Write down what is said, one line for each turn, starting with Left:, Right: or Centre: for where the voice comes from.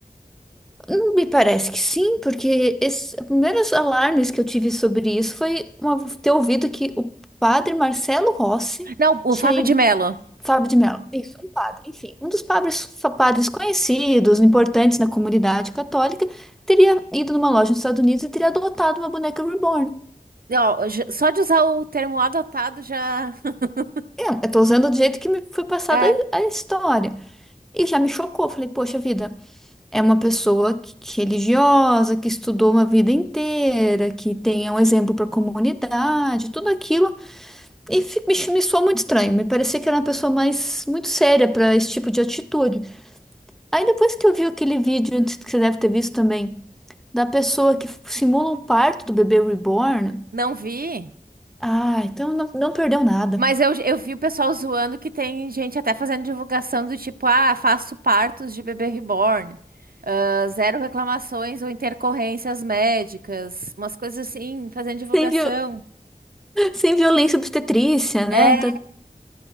Centre: Hum, Me parece que sim, porque esses primeiros alarmes que eu tive sobre isso foi uma- ter ouvido que o padre Marcelo Rossi
Right: Não, o
Centre: tinha
Right: Fábio
Centre: ido,
Right: de Mello.
Centre: Fábio de Mello, isso, um padre, enfim, um dos padres, fa- padres conhecidos, importantes na comunidade católica, teria ido numa loja nos Estados Unidos e teria adotado uma boneca reborn.
Right: Ó, já- só de usar o termo adotado já <laughs>
Centre: Eu, eu tô usando do jeito que me foi passada
Right: É,
Centre: a a história. E já me chocou, falei, poxa vida. É uma pessoa que, que religiosa, que estudou uma vida inteira, que tem um exemplo para a comunidade, tudo aquilo. E fi- me, ch- me soou muito estranho. Me parecia que era uma pessoa mais muito séria para esse tipo de atitude. Aí depois que eu vi aquele vídeo, antes que você deve ter visto também, da pessoa que simula o parto do bebê reborn.
Right: não vi.
Centre: Ah, então não, não perdeu nada.
Right: Mas eu, eu vi o pessoal zoando que tem gente até fazendo divulgação do tipo, ah, faço partos de bebê reborn. Ah, Zero reclamações ou intercorrências médicas. Umas coisas assim, fazendo divulgação.
Centre: Sem, viol, <laughs> sem violência obstetrícia, né?
Right: É,
Centre: Tá-